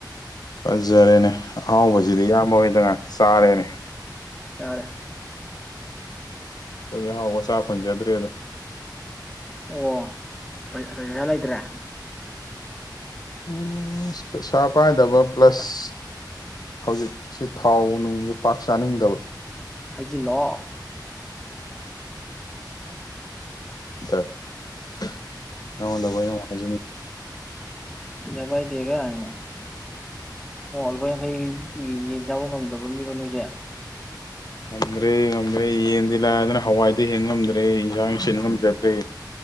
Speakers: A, on the left; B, in the centre.
A: ꯐꯖꯔꯦꯅꯦ ꯑꯍꯥꯎꯕꯁꯤꯗꯤ ꯏꯌꯥꯝꯕ ꯍꯣꯏꯗ ꯉꯥꯛꯇ ꯆꯥꯔꯦꯅꯦ
B: ꯆꯥꯔꯦ
A: ꯑꯩꯈꯣꯏ ꯑꯍꯥꯎꯕꯒ ꯆꯥ ꯐꯪꯖꯗ꯭ꯔꯦꯗ
B: ꯑꯣ ꯄꯩꯁꯥ ꯂꯩꯇ꯭ꯔꯦ
A: ꯎꯝ ꯄꯩꯁꯥ ꯄꯥꯏꯗꯕ ꯄ꯭ꯂꯁ ꯍꯧꯖꯤꯛꯁꯦ ꯊꯥꯎ ꯅꯨꯡꯖꯦ ꯄꯥꯛ ꯆꯥꯅꯤꯡꯗꯕ
B: ꯍꯥꯏꯖꯤꯜꯂꯣ
A: <unintelligible> ꯅꯉꯣꯟꯗꯕꯨ ꯑꯩꯅ ꯑꯃꯨꯛ ꯍꯥꯏꯖꯤꯟ
B: ꯏꯕꯥꯏꯗꯦꯒꯅ ꯂꯨꯄꯥ ꯌꯥꯡꯈꯩ ꯌꯦꯟ ꯆꯥꯕ ꯉꯝꯗꯕ ꯃꯤꯔꯣ ꯅꯣꯏꯁꯦ
A: ꯉꯝꯗ꯭ꯔꯦ ꯉꯝꯗ꯭ꯔꯦ ꯌꯦꯟꯗꯤ ꯂꯥꯏꯔꯗꯅ ꯍꯋꯥꯏꯗꯩ ꯍꯦꯟꯉꯝꯗ꯭ꯔꯦ ꯏꯟꯖꯥꯡ ꯁꯤꯟ ꯉꯝꯖꯗ꯭ꯔꯦ